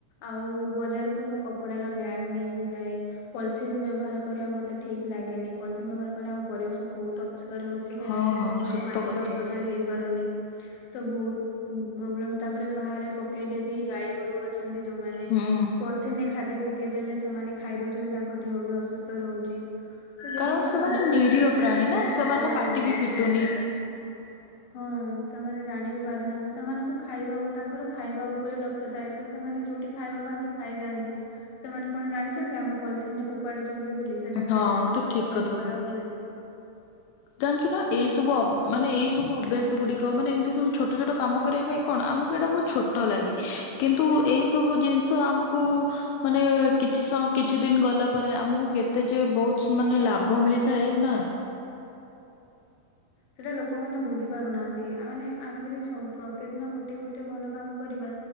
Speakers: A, on the left (about 70°); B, on the left (about 85°).
A: ଆଉ ବଜାର କୁ ମୁଁ କପଡ଼ା ର ବ୍ୟାଗ୍ ନେଇକି ଯାଏ ପଲିଥିନ୍ ବ୍ୟବହାର କରିବା ମତେ ଠିକ ଲାଗେ ଗେନି ପଲିଥିନ୍ ବ୍ୟବହାର କଲେ ଆମ ପରିବେଶ ବହୁତ୍ ପ ରହୁଛି କାହିଁନା
B: ହଁ
A: ସେ
B: ହଁ
A: ସହଜେ
B: ସତ
A: ମାଟିରେ
B: କଥା
A: ଅପଚୟ ହେଇପାରୁନି। ତ ବହୁତ ପ ପ୍ରୋବ୍ଲେମ ତାପରେ ବାହାରେ ପକେଇଲେ ବି ଗାଈ ଗୋରୁ ଅଛ ନ୍ତି ଯୋଉମାନେ
B: ହୁଁ
A: ପଲଥିନ ରେ ଖାଦ୍ୟ ପ ଦେଲେ ସେମାନେ ଖାଇ ଦଉଛନ୍ତି ତାଙ୍କ ଦେହ ବି ଅସୁସ୍ଥ ରହୁଛି। ତ ଯେତିକି
B: କାରଣ ସେମାନେ
A: ସମ୍ଭବ
B: ନିରୀହ
A: ହେଇପାରେ ମୁଁ
B: ପ୍ରାଣୀ
A: ସେଥିପାଇଁ
B: ନା ସେମାନଙ୍କ
A: କପଡ଼ା
B: ପାଟି
A: ବ-ବ-ବ୍ୟବହାର
B: ବି ଫିଟୁନି।
A: କରେ ହଁ ସେମାନେ। ଜାଣି ବି ପାରୁନାହାନ୍ତି ସେମାନଙ୍କୁ ଖାଇବା ତାଙ୍କର ଖାଇବା ଉପରେ ଲକ୍ଷ୍ୟ ଥାଏ ତ ସେମାନେ ଯଉଠି ଖାଇବା ପାଆନ୍ତି। ଖାଇଯାନ୍ତି ସେମାନେ କଣ ଜାଣି ଆମେ ପଲଥିନରେ ଫୋପାଡିଚ ବୋଲି ସେଟା ଖାଇଲେ
B: ହଁ
A: ତାଙ୍କ
B: ତୁ
A: ସ୍ଵାସ୍ଥ୍ୟ
B: ଠିକ
A: ପାଇଁ
B: କଥା
A: ଖରାପ
B: କହିଲୁ।
A: ବୋଲି।
B: ଜାଣିଛୁ ନା
A: ତ
B: ଏଇ
A: ସେଥିପାଇଁ
B: ସବୁ
A: ଯେତିକି
B: ମାନେ ଅ ଏଇ ସବୁ ଅଭ୍ୟାସ ଗୁଡ ଗୁଡ଼ିକ ମାନେ ଏମତି ସବୁ ଛୋଟ ଛୋଟ କାମ କରିବା ପାଇଁ ଆମକୁ ଏଟା ବହୁତ୍ ଛୋଟ ଛୋଟ ଲାଗେ କିନ୍ତୁ ଏଇ ସବୁ ଜି ଜିନିଷ ଆମକୁ ମାନେ କିଛି ସ କିଛି ଦିନ ଗଲା ପରେ ଆମକୁ କେତେ ଯେ ବହୁତ ମାନ ଲାଭ ମିଳିଥାଏ ନା।
A: ସେଇଟା ଲୋକମାନେ ବୁଝି ପାରୁନାହାନ୍ତି ଆ ମାନେ ଆମେ ଯଦି ସ ପ୍ରତି ଦିନ ଗୋଟେ ଗୋଟେ ଭଲ କାମ କରିବା।